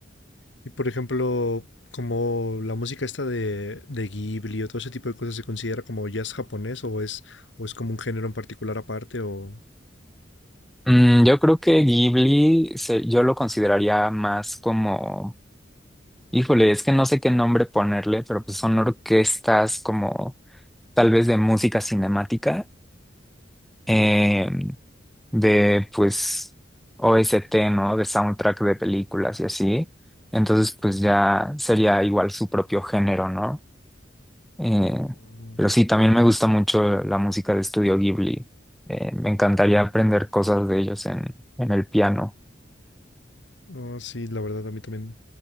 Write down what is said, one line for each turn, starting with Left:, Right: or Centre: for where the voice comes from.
Left: Y por ejemplo, como la música esta de, de Ghibli o todo ese tipo de cosas se considera como jazz japonés o es, o es como un género en particular aparte o...
Centre: Mm, yo creo que Ghibli se- yo lo consideraría más como, híjole, es que no sé qué nombre ponerle, pero pues son orquestas como tal vez de música cinemática, em, de pues OST, ¿no? De soundtrack de películas y así. Entonces, pues ya sería igual su propio género, ¿no? Eh,
Left: No,
Centre: pero sí, también me gusta mucho la música de Estudio Ghibli. Eh, me encantaría aprender cosas de ellos en, en el piano.
Left: no, sí, la verdad a mí también